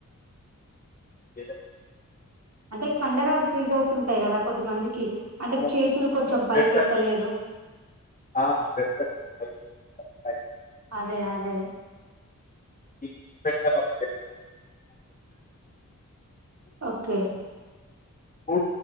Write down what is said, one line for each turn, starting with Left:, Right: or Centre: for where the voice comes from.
Left: ఏద
Right: అంటే కండరాలు ఫ్రీజ్ అవుతుంటాయి కదా కొద్దిమంది కి అంటే
Left: అవును
Right: చేతులు కొంచెం
Left: అవును
Right: పైకి
Left: బ్లడ్ సర్కిల్
Right: ఎత్తలేరు
Left: ఆ బ్లడ్ సర్కిల్
Right: అదే అదే
Left: ఇ పెంటలు ఒకటే
Right: ఓకే
Left: ఉ